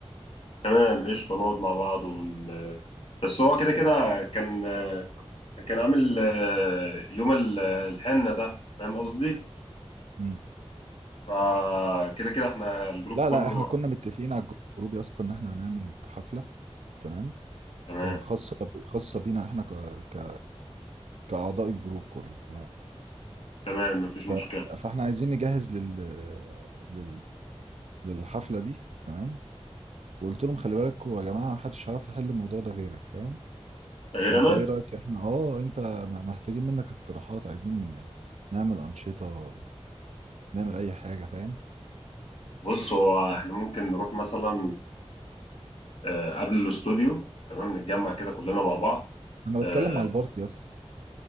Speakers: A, on the left; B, on the right.
A: تمام قشطه نقعد مع بعض ون... آه، بس هو كده كده كان آه، كان عامل آه، يوم ال- آه، الحنه ده فاهم قصدي
B: مم.
A: فكده كده احنا الجروب
B: لا
A: كله
B: لا احنا كنا متفقين على الجروب يا اسطى ان احنا هنعمل حفله تمام
A: تمام
B: آه، خاصه ب- خاصه بينا احنا ك... ك... كاعضاء الجروب كله تمام
A: تمام مفيش
B: ف...
A: مشكله
B: فاحنا عايزين نجهز لل... لل... للحفله دي تمام وقلت لهم خلي بالكوا يا جماعه محدش هيعرف يحل الموضوع ده غيرك فاهم
A: غير
B: فانت
A: انا
B: ايه رايك احنا اه انت م- محتاجين منك اقتراحات عايزين نعمل انشطه نعمل اي حاجه فاهم
A: بص هو احنا ممكن نروح مثلا آه، قبل الاستوديو تمام نتجمع كده كلنا مع بعض
B: انا
A: آه،
B: بتكلم على البارتي يا اسطى